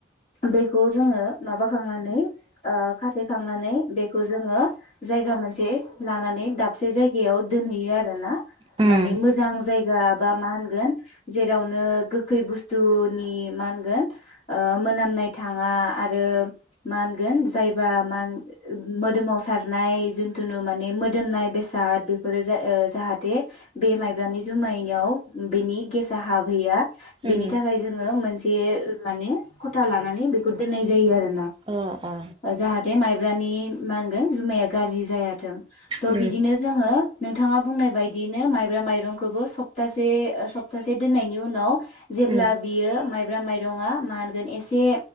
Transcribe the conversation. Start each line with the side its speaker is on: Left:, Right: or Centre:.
Left: बेखौ जोङो माबाखांनानै ओ खाथे खांनानै बेखौ जोङो जायगा मोनसे लानानै दाबसे जायगायाव दोनहैयो आरो ना।
Right: उम
Left: माने मोजां जायगा जा बा मा होनगोन जेरावनो गोखै बुथुनि मा होनगोन ओ मोनामनाय थाङा आरो मा जायबा मान- ओ मोदोमाव सारनाय जिथुनु माने मोदोमनाय बेसाद बेफोरो जा- ओ जाहाथे बे माइब्रानि जुमाइाव बेनि गेसा हाबहैया
Right: उम
Left: बेनि थाखाय जोङो मोनस बे माने खथा लानानै बेखौ दोननाय जायो आरो।
Right: अ अ
Left: जाहाथे माइब्रानि मा होनगोन जुमाया गाज्रि जाया। थ
Right: उम
Left: बिदिनो जोङो नोंथाङा बुंनाय बायदियैनो माइब्रा माइरंखौबो सप्तासे सप्तासे दोननायनि उनाव जेब्ला
Right: उम उम
Left: बियो माइ ब्रा माइरंआ मा होनगोन एसे